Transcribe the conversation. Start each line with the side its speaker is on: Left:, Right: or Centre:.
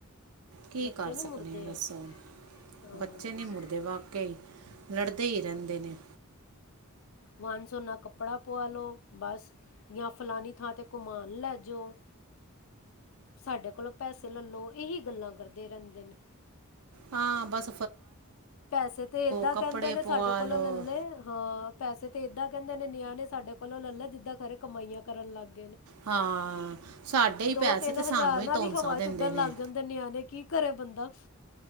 Right: ਕੀ
Left: ਬੱਚੇ
Right: ਕਰ
Left: ਨਹੀਂ
Right: ਸਕਦੇ
Left: ਮੁੜਦੇ
Right: ਆ ਦੱਸੋ
Left: ਹੈ ਹਾਂ
Right: ਬੱਚੇ ਨੀ ਮੁੜਦੇ ਵਾਕੇ ਲੜਦੇ ਹੀ ਰਹਿੰਦੇ ਨੇ
Left: ਵਨ ਸਵੱਨਾ ਕੱਪੜਾ ਪੁਆ ਲਉ ਬਸ ਜਾਂ ਫਲਾਨੀ ਥਾਂ 'ਤੇ ਘੂਮਾਨ ਲੈ ਜਾਓ ਸਾਡੇ ਕੋਲੋਂ ਪੈਸੇ ਲੈ ਲਉ ਇਹੀ ਗੱਲਾਂ ਕਰਦੇ ਰਹਿੰਦੇ ਨੇ
Right: ਹਾਂ ਬੱਸ
Left: ਪੈਸੇ ਤੇ ਏਦਾਂ
Right: ਕੱਪੜੇ
Left: ਕਹਿੰਦੇ ਨੇ
Right: ਪਵਾ
Left: ਸਾਡੇ ਕੋਲੋਂ
Right: ਲਓ
Left: ਲੇ ਹਾਂ ਪੈਸੇ ਤੇ ਏਦਾਂ ਕਹਿੰਦੇ ਨੇ ਨਿਆਂਨੇ ਸਾਡੇ ਕੋਲੋਂ ਲੈ ਲੈ ਜਿੱਦਾਂ ਖਰੇ ਕਮਾਈਆਂ ਕਰਨ ਲੱਗ
Right: ਹਾਂ ਸਾਡੇ ਹੀ
Left: ਦੋ
Right: ਪੈਸੇ
Left: ਤਿੰਨ
Right: ਤੇ ਸਾਨੂੰ
Left: ਹਜ਼ਾਰ ਨਾਲ
Right: ਧੌਂਸਾ
Left: ਹੀ ਹਵਾ
Right: ਦਿੰਦੇ
Left: ਉੱਡਣ
Right: ਨੇ
Left: ਲੱਗ ਜਾਂਦੇ ਨਿਆਣੇ ਕਿ ਕੀ ਕਰੇ ਬੰਦਾ